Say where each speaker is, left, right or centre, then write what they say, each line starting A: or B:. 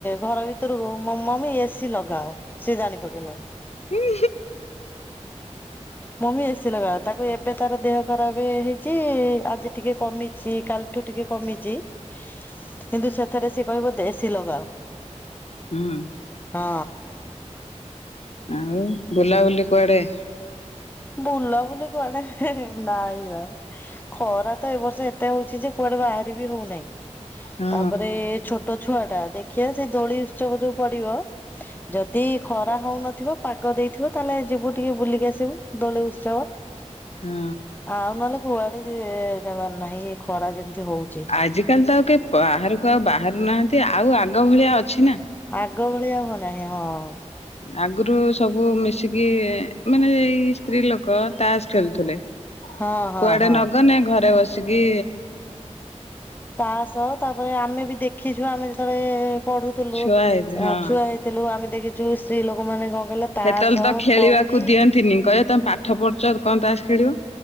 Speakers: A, on the left; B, on the left.
A: ଘର ଭିତରୁକୁ ମମି ଏସିି ଲଗାଅ। ସେ ଜାଣି ପକେଇଲାଣି।
B: ହୁଁ
A: ମମି ଏସି ଲଗାଅ ତାକୁ ଏବେ ଥରେ ଦେହ। ଖରାପ ହେଇଛି ଆଜି ଟିକେ କମିଛି କା ଠୁ ଟିକେ କମିଛି କିନ୍ତୁ ସେଥେରେ ରେ କହିବ ଦେଶୀ ଲଗାଅ।
B: ହୁଁ।
A: ହଁ।
B: ଆଉ ବୁଲାବୁଲି କୁଆଡେ?
A: ବୁଲା ବୁଲି କୁହଣେ ନାଇଁ ବା। ଖରା ତ ଏ ବର୍ଷ ଏତେ ହଉଛି ଯେ କୁଆଡେ ବାହାରି ବିି ହଉନାଇଁ
B: ହଁ
A: ତାପରେ ଛୋ ତ ଛୁଆଟା ଦେଖିବା ସେଦୋଳି ଉତ୍ସବ ଯୋଉ ପଡିବ। ଯଦି ଖରା ହଉନଥିବ ପାଗ ଦେଇଥିବ ତାହେଲେ ଯିବୁ ଟିକେ ବୁଲିକି ଆସ ଥିବୁ ଦୋଳ ଉସ୍ଵବ।
B: ହଁ।
A: ଆଉ ନହେଲେ କୁଆଡେ ଯେ ଜବାର ନାହିଁ ଖରା ଯେମିତି ହଉଛି।
B: ଆଜିକାଲି ତ ଆଉ କିଏ ବା ବାହାରକୁ ଆଉ ବାହାରୁ ନାହାନ୍ତି ଆଉ ଆଗ ଭଳିଆ ଅଛି ନା?
A: ଆଗ ଭଳି ଆଉ ହଉ ନାହିଁ ହେୟା ହଁ।
B: ଆଗୁରୁ ସବୁ ମିଶିକି ମାନେ ଏଇ ସ୍ତ୍ର ଲୋକ ତାସ ଖେଳୁଥିଲେ।
A: ହଁ ହଁ
B: କୁଆଡେ
A: ହଁ
B: ନଗନେ ଘରେ ବସିକି।
A: ତାସ ତାପରେ ଆମେ ବି ଦେଖିଚୁ ଆମେ ଯେତେବେଳେ ପଢ଼ୁଥୁଲୁ।
B: ଛୁଆ ହେଇଚି ହଁ।
A: ଥିଲୁ ଆମେ ଦେଖିଛୁ ସ୍ତ୍ରୀ ଲୋକମାନୋନ କଣ କହିଲ। ତାସ
B: ହେତେବଳେ ତ ଖେଳିବାକୁ
A: କଉଡି
B: ଦିଅନ୍ତିନି କହିବେ ତମେ ପାଠ ପଢୁଛ କଣ ତାସ ଖେଳିବ।